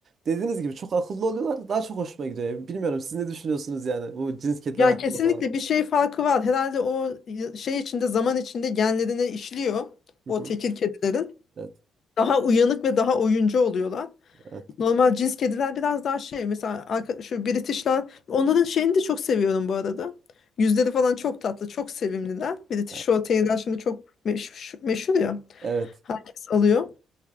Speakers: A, on the right; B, on the left.
A: dediğiniz gibi çok akıllı oluyorlar. Daha çok hoşuma gidiyor. Yani bilmiyorum siz ne düşünüyorsunuz yani bu cins kediler
B: Ya
A: hakkında
B: kesinlikle
A: falan.
B: bir şey farkı var. Herhalde o y- şey içinde zaman içinde genlerine işliyor.
A: Hı
B: O
A: hı.
B: tekir kedilerin.
A: Evet.
B: Daha uyanık ve daha oyuncu oluyorlar.
A: Evet.
B: Normal cins kediler biraz daha şey mesela arka- şu British'ler onların şeyini de çok seviyorum bu arada. Yüzleri falan çok tatlı, çok sevimliler. British
A: Evet.
B: Shorthair'ler şimdi çok meşhur, meşhur ya.
A: Evet,
B: Herkes alıyor.